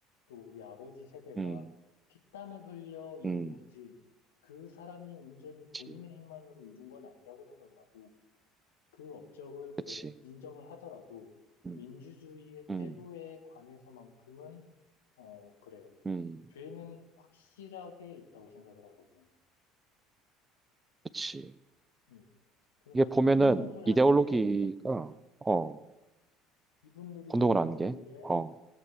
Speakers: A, on the left; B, on the right.
A: 또 우리 아버지 세대가
B: 음,
A: 피땀을 흘려 이룬
B: 음,
A: 거지, 그 사람이 온전히 본인의
B: 그치,
A: 힘만으로 이룬 건 아니라고 생각을 하고, 그 업적을 그래,
B: 그치,
A: 인정을 하더라도,
B: 음,
A: 민주주의의 퇴보에
B: 음,
A: 관해서만큼은, 어, 그래,
B: 음,
A: 죄는 확실하게 있다고 생각을 하거든.
B: 그치.
A: 음. 그러니까
B: 이게 보면은
A: 이게 혼동을
B: 이데올로기가
A: 하는 게,
B: 어
A: 이분들이 혼동을
B: 혼동을 안
A: 하는
B: 게.
A: 게,
B: 어.